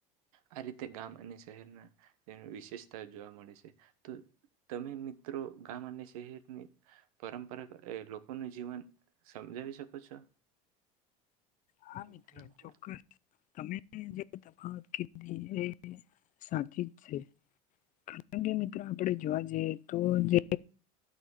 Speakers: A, on the right (about 80°); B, on the left (about 45°).
A: આ રીતે ગામ અને શહેરના તેની વિશેષતા જોવા મળે છે તો તમે એમ ત્રો ગામ અને શહેરની પરંપરાગત એ લોકોનું જીવન સમજાવી શકો છો?
B: હા
A: હમ
B: મિત્ર
A: હમ
B: ચોક્કસ તમે જે તફાવત કીધી એ સાચી જ છે. કારણ કે મિત્રો આપડે
A: તો
B: જોવા
A: જે
B: જઈએ તો જે